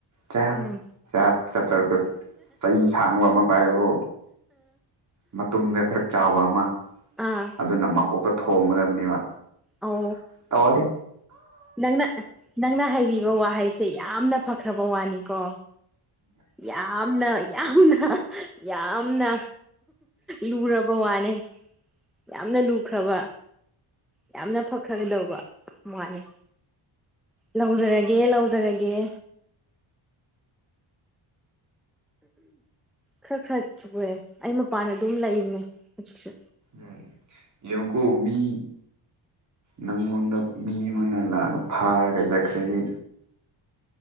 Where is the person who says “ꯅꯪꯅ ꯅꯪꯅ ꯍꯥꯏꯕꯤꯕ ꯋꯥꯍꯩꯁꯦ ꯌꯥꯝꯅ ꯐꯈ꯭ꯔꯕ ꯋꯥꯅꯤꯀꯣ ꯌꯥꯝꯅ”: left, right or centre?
Centre